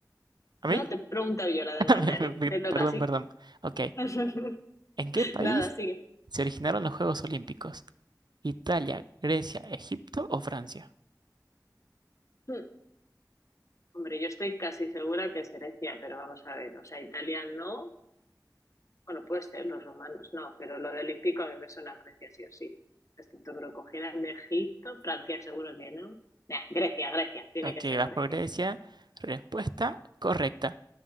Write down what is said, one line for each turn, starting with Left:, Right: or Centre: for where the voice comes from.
Right: ¿A mí?
Left: No, te pregunto yo la del
Right: <laughs>
Left: mandarín.
Right: Me- me- me-
Left: Te toca,
Right: Perdón,
Left: sí.
Right: perdón. Ok.
Left: <laughs>
Right: ¿En qué país
Left: Nada, sigue.
Right: se originaron los Juegos Olímpicos? Italia, Grecia, Egipto o Francia.
Left: Hmm. Hombre, yo estoy casi segura que es Grecia, pero vamos a ver, o sea, Italia no, bueno, puede ser, los romanos no, pero lo de olímpico a mí me suena a Grecia sí o sí. Excepto que lo cogieran de Egipto, Francia seguro que no. Nah, Grecia, Grecia, tiene
Right: Ok,
Left: que ser
Right: vas
Left: Grecia.
Right: por Grecia. Respuesta correcta.